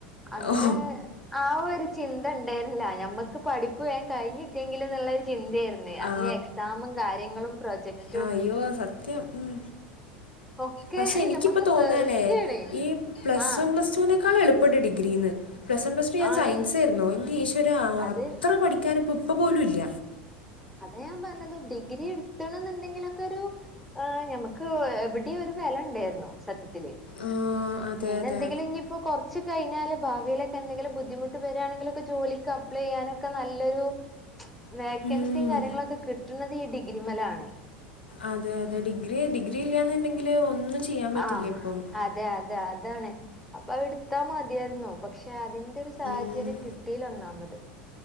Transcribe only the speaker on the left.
ഓ
ആ
ആ അയ്യോ സത്യം ഉം
പക്ഷെ എനിക്കിപ്പ
തോന്നണേ
ഈ പ്ലസ്
വൺ തോ പ്ലസടൂനെക്കാളെളുപ്പുണ്ട് ഡിഗ്രീന്ന് പ്ലസ് വൺ പ്ലസ്ടു ഞാൻ
സയൻസേര്ന്നു ന്റെ ഈശ്വര
അത്ര പഠിക്കാനിപ്പ ഇപ്പ പോലു ല്ല
ആഹ് അതെ
അതെ
ഉം
അതെ അതെ ഡിഗ്രി ഡിഗ്രി ഇല്ലാന്ന്ണ്ടെങ്കില് ഒന്നും ചെയ്യാൻ പറ്റില്ല
ഇപ്പം
ഉം